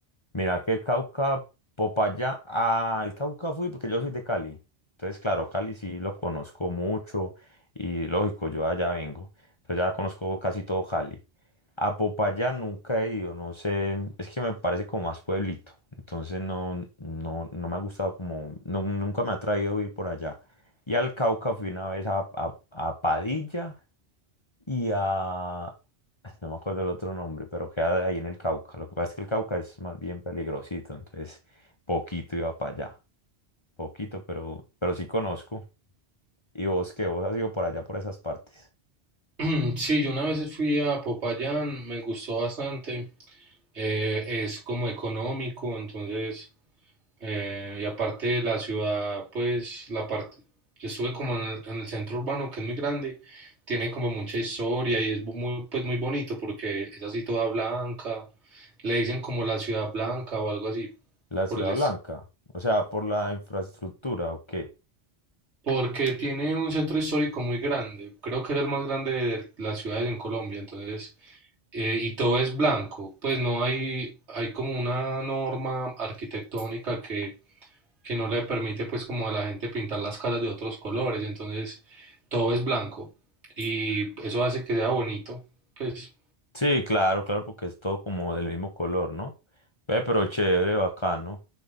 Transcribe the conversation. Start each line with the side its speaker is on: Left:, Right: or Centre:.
Left: Mira, que el Cauca, Popayán, Ah, el Cauca fui porque yo soy de Cali. Entonces, claro, Cali sí lo conozco mucho y lógico, yo allá vengo. Entonces ya conozco casi todo Cali. A Popayán nunca he ido, no sé, es que me parece como más pueblito. Entonces no, no, no me ha gustado como, no- nunca me ha traído ir por allá. Y al Cauca fui una vez a, a a Padilla y a... <laughs> No me acuerdo el otro nombre, pero queda ahí en el Cauca. Lo que pasa es que el Cauca es más bien peligrosito, entonces poquito iba para allá. Poquito, pero, pero sí conozco. ¿Y vos qué? ¿Vos has ido por allá, por esas partes?
Right: <clears throat> Sí, yo una vez fui a Popayán, me gustó bastante. Eh, es como económico, entonces, eh, y aparte de la ciudad, pues la parte, yo estuve como en el, en el centro urbano, que es muy grande, tiene como mucha historia y es bu- muy, pues muy bonito porque es así toda blanca, le dicen como la ciudad blanca o algo así
Left: La
Right: por
Left: Ciudad
Right: el
Left: Blanca, o sea, por la infraestructura o qué?
Right: Porque tiene un centro histórico muy grande, creo que es el más grande de las ciudades en Colombia, entonces, eh, y todo es blanco, pues no hay, hay como una norma arquitectónica que, que no le permite pues como a la gente pintar las casas de otros colores, entonces todo es blanco y eso hace que sea bonito, pues
Left: Sí, claro, claro, porque es todo como del mismo color, ¿no? Ve, pero chévere, bacano.